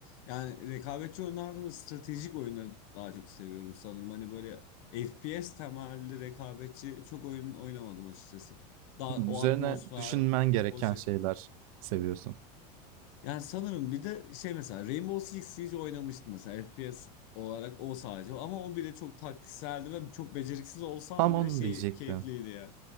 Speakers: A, on the left; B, on the right.
A: yani rekabetçi oyunlardan da stratejik oyunları daha çok seviyorum sanırım. Hani böyle FPS temelli rekabetçi çok oyun oynamadım açıkçası. Daha
B: Hımm,
A: o
B: üzerine
A: atmosfer,
B: düşünmen gereken
A: o şey.
B: şeyler seviyorsun.
A: Yani sanırım bir de şey mesela Rainbow Six Siege oynamıştım mesela FPS olarak o sadece ama o bile çok taktikseldi ve çok beceriksiz olsam
B: Tam onu
A: bile şey
B: diyecektim.
A: keyifliydi ya.